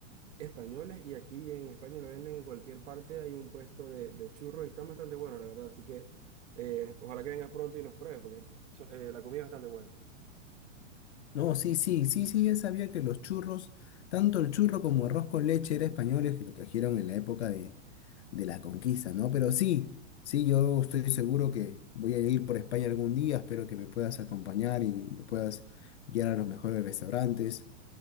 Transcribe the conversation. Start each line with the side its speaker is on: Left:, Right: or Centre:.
Right: españoles y aquí en España lo venden en cualquier parte, hay un puesto de, de churros y están bastante buenos, la verdad, así que eh, ojalá que vengas pronto y los pruebes, porque so- eh, la comida es bastante buena.
Left: No, sí, sí, sí, sí, ya sabía que los churros, tanto el churro como arroz con leche era españoles que lo trajeron en la época de, de la conquista, ¿no? Pero sí, sí, yo estoy seguro que voy a ir por España algún día, espero que me puedas acompañar y me puedas guiar a los mejores restaurantes.